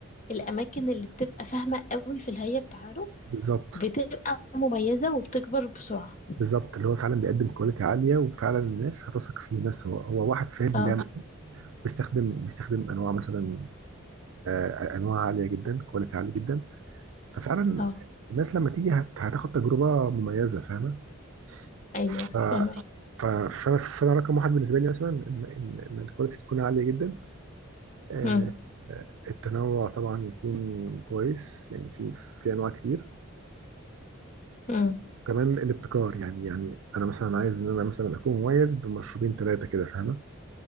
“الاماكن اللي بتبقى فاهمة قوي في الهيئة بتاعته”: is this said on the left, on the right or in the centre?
Left